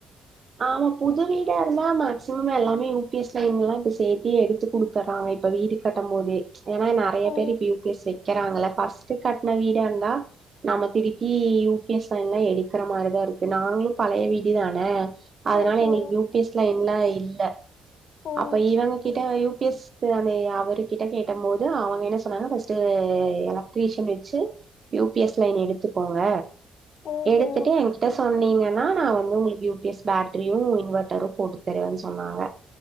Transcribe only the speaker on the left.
ஓ
ஓஹோ
ஓ
ஓ ஓஹோ